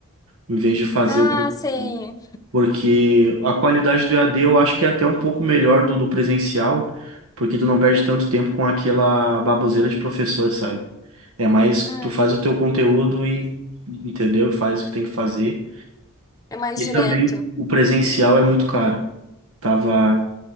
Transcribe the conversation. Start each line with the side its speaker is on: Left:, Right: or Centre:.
Right: em vez de fazer
Left: Ah,
Right: o presencial,
Left: sei.
Right: porque a qualidade do EAD eu acho que é até um pouco melhor do, do presencial, porque tu não perde tanto tempo com aquela baboseira de professor, sabe? É mais
Left: Hum,
Right: tu faz o teu conteúdo e entendeu? Faz o que tem que fazer.
Left: é mais
Right: E
Left: direto.
Right: também o presencial é muito caro. Tava